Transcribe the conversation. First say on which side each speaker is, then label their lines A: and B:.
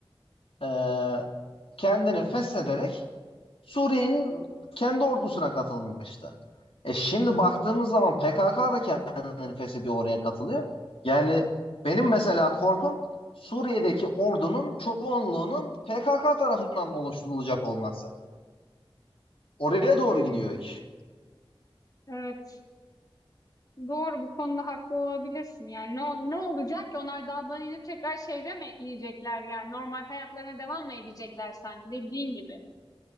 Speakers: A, on the left; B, on the left.
A: e, kendini feshederek Suriye'nin kendi ordusuna katılmıştı. E şimdi baktığımız zaman PKK da kendini feshediyor oraya katılıyor. Yani benim mesela korkum Suriye'deki ordunun çoğunluğunun PKK tarafından oluşturulacak olması. Oraya
B: Hmm.
A: doğru gidiyor iş.
B: Evet. Doğru bu konuda haklı olabilirsin. Yani ne, ne olacak ki onlar dağdan inip tekrar şehre mi inecekler? Yani normal hayatlarına devam mı edecekler sanki dediğin gibi.